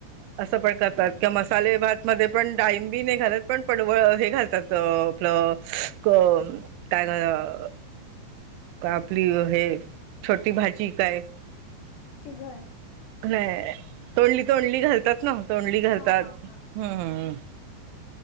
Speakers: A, on the right; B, on the left.
A: असं पण करतात
B: हा हा
A: किंवा मस साले भात मध्ये पण डाळिंबी नाही घालत, पण पडवळ हे घालतातअ आपलं अ क अ का आपली हे छोटी भाजी काय
B: चिघळ.
A: नाय तोंडली तोंडली घालतात ना, तोंडली घालतात
B: हा हा हा
A: हं हं.